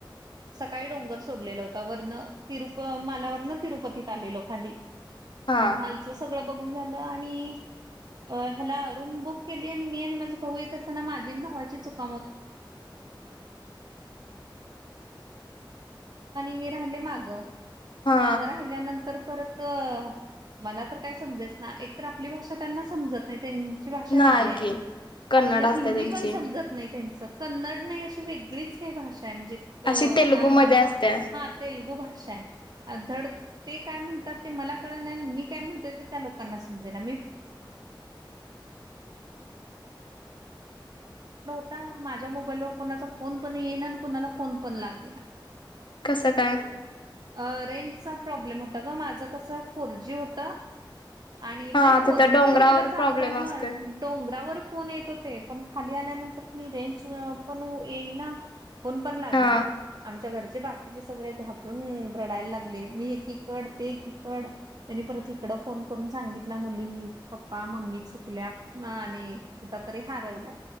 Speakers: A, on the right; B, on the left.
A: सकाळी डोंगर सोडलेला होता, वरण तिरुप-माला वरण तिरुपतीत आलेलो खाली.
B: हा
A: मग खालचं सगळं बघून झालं आणि- अ.. ह्याला रूम बुक केली आणि मी आणि माझ भाऊ येत असताना माझी आणि भावाची ह <unintelligible> मी राहीले माग,
B: हा
A: माग राहील्या नंतर - परत मला तर काय समजायच ना, एक तर आपली भाषा त्यांना समजत नाही भाषा
B: नाही
A: वेगळी हाय,
B: की कन्नड
A: आपलं
B: असते
A: हिंदी
B: त्यांची
A: पण समजत त्यांच कन्नड नाही अशी वेगळीच काही भाषा म्हणजे का
B: अशी तेलुगू मध्ये असते
A: हा तेलगू भाष- धड काय ते म्हणतात ते मला कळना मी काय म्हणतो, त्या लोकांना समजेना- <inaudible> आता माझ्या मोबाईलवर कोणाचा फोन पण येईना आणि कोणाला फोन पण लागेना.
B: कसं काय?
A: अ रेंजचा प्रॉब्लेम होता ग माझं कसं फोर जी होत- आणि
B: हा
A: नाही फोर
B: तिथं डोंगरावर
A: जी पण तिकडं चालतय
B: प्रॉब्लेम असते
A: हा डोंगरावर- फोन येत होते, पण खाली आल्यानंतर रेंज पण येईना फोन पण लागेना
B: हा
A: आमच्या घरचे बाकीचे सगळे घाबरून रडायला लागले. मी एकीकड ते एकीकड त्यांनी परत इकडं फोन करून सांगितला मुलींनी, पप्पा मम्मी चुकल्या आणि कुठ तरी हारवल्या.